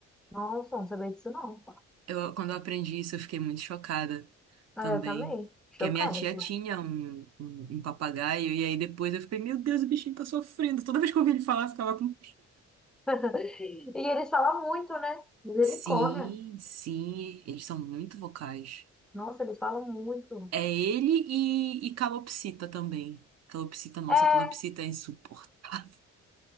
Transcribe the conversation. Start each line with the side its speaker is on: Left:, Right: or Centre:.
Centre: Nossa, não sabia disso não.
Right: Eu, quando eu aprendi isso, eu fiquei muito chocada
Centre: Ah,
Right: também.
Centre: eu também. Chocada
Right: Que a minha tia
Centre: aqui.
Right: tinha um, um, um papagaio, e aí depois eu fiquei, meu Deus, o bichinho tá sofrendo. Toda vez que eu ouvia ele falar, eu ficava com.
Centre: <laughs> E eles falam muito, né? Misericórdia.
Right: Sim, sim, eles são muito vocais.
Centre: Nossa, eles falam muito.
Right: É ele e, e calopsita também. Calopsita, nossa,
Centre: É,
Right: calopsita
Centre: <laughs>
Right: é insuportável.